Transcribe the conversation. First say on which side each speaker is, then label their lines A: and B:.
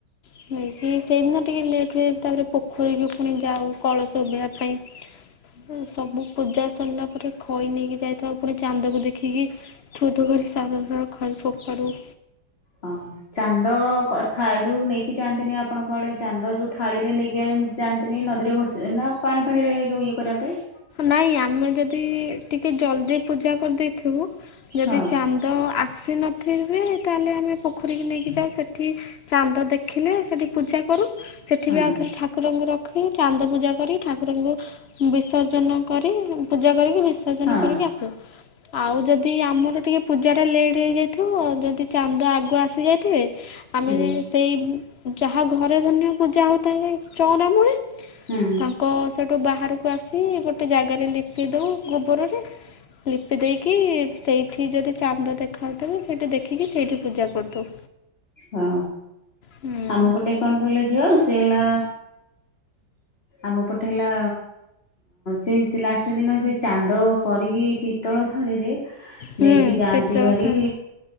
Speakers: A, on the left; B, on the left.
A: ସେଇଦିନ ଟିକେ ଲେଟରେ ତା ପୋଖରୀକି ଯାଉ। କଳସ ଉଭେଇ ପାଇଁ ସବୁ ପୂଜା ସରିଲା। ପରେ ଖଇ ନେଇକି ଯାଇଥାଉ ପୁଣି ଚାନ୍ଦାକୁ ଦେଖିକି ଥୁଥୁ କରି ସାବୁନର ଖଇ ଫୋପାଡ଼ୁ
B: ହଁ। ଚାନ୍ଦ କଥା ଯୋଉ ନେଇକି ଯାଆନ୍ତିନି ଆପଣଙ୍କଆଡେ ଚାନ୍ଦ ଯୋଉ ଥାଳିରେ ନେଇକି ଯାଆନ୍ତିନି ନଦୀରେ ଭସ ନା ପାଣି ଫାଣିରେ ଯୋଉ ଇଏ କରିବା ପାଇଁ
A: ନାଇଁ ଆମେ ଯଦି ଟିକେ ଜଲଦି ପୂଜା କରିଦେଇଥିବୁ ଯଦି
B: ହଁ
A: ଚାନ୍ଦ ତ ଆସିନଥିବି ତାଲେ ଆମେ ପୋଖରୀକୁ ନେଇକି ଯାଉ ସେଠି ଚାନ୍ଦ ଦେଖିଲେ ସେଠି ପୂଜା କରୁ ସେଠି
B: ହଁ
A: ବି ଆଉଥରେ ଠାକୁରଙ୍କୁ ରଖି ଚାନ୍ଦ ପୂଜା କରି ଠାକୁରଙ୍କୁ ବିସର୍ଜ କିର୍ତ୍ତନ କରି ପୂଜା କରିକି ବିସର୍ଜନ
B: ହଁ
A: କରିକି ଆସୁ। ଆଉ ଯଦି ଆମର ଟିକେ ପୂଜାଟା ଲେଟ୍ ହେଇଯାଇଥିବ ଯଦି ଚାନ୍ଦ ଆଗକୁ ଆସିଯାଇଥିବେ ଆମେ
B: ହୁଁ
A: ସେଇ ଯାହା ଘରେ ଧନ୍ୟ ପୂଜା ହଉଥାଏ ଚଉଁରାମୂଳେ
B: ହୁଁ।
A: ହଁ ସେଠୁ ବାହାରକୁ ଆସି ଗୋଟେ ଜାଗାରେ ଲିପି ଦେଉ ଗୋବରରେ ଲିପି ଦେଇକି ସେଇଠି ଯଦି ଚାନ୍ଦ ଦେଖାଯାଉଥିବେ ସେଇଠି ଦେଖିକି ସେଇଠି ପୂଜା କରିଦଉ।
B: ହଁ
A: ହୁଁ
B: ଆମ ପଟେ କଣ କହିଲ ଝିଅ ସେ ହେଲା ଆମ ପଟେ ହେଲା ସେଇ ଲାଷ୍ଟ ଦିନ ସେ ଚାନ୍ଦ କରିକି ପିତ୍ତଳ ଥାଳିରେ
A: ହୁଁ
B: ନେଇକି ଯାଆନ୍ତି
A: ପିତଳ
B: ଭାରି
A: ଥାଳି